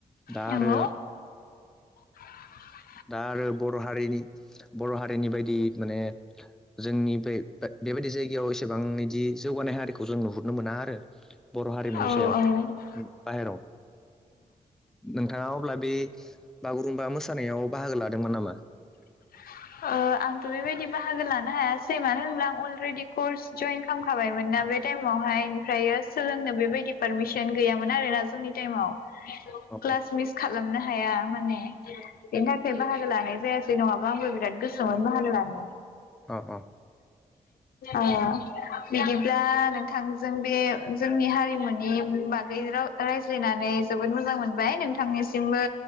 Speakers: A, in the centre; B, on the left.
A: दा
B: नंगौ
A: आरो।
B: <inaudible>
A: दा आरो बर' हारिनि बर' हारिनि बायदि माने जोंनि बे बेबायदि जायगायाव एसेबांएदि जौगानाय हारिखौ जों नुहुरनो मोना आरो बर' हारिमुनि
B: औ
A: सायाव
B: औ
A: बाहेरायाव नोंथाङा अब्ला बे बागुरुम्बा मोसानायाव बाहागो लादोंमोन नामा।
B: अ। आंथ' बेबायदि बाहागो लानो हायासै मानो होनब्ला आं अलरेडि कर्स जयेन खालामखाबायमोनना बे टाइमाव हायओमफ्रायो सोलोंनो बेबायदि पारमिसन गैयामोन आरोना जोंनि टाइमाव
A: अ
B: क्लास मिस खालामनो हाया माने बेनि थाखाय बाहागो लानाय जायासै जे नङाबा आंबो बिराद गोसोमोन बाहागो लानो
A: अ अ
B: औ। बिदिब्ला नोंथांजों बे जोंनि हारिमुनि बागै रायज्लायनानै जोबोद मोजां मोनबाय नोंथांनिसिमबो